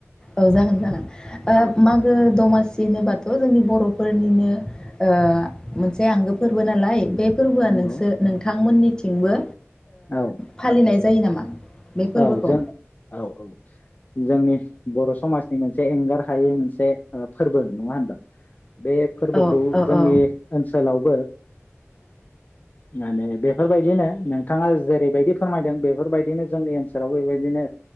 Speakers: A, on the left; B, on the left.
A: औ जागोन जागोन ओ
B: औ
A: मागो दमा सि होनोबाथ' जोंनि बर'फोरनिनो ओ मोनसे आंगो फोरबो नालाय बे फोरबोआ
B: नंगौ
A: नोंसोर नोंथांमोननि थिंबो
B: औ
A: फालिनाय जायो नामा बे फोरबोखौ
B: औ जों औ औ जोंनि बर' समाजनि मोनसे से एंगार हायै मोनसे फोरबो नङा होनबा बे फोरबोखौ
A: औ औ
B: जोंनि
A: औ
B: ओनसोलावबो माने बेफोरबायदिनो नोंथाङा जेरैबायदि फोरमायदों बेफोरबायदिनो जोंनि ओनसोलाव बेबायदिनो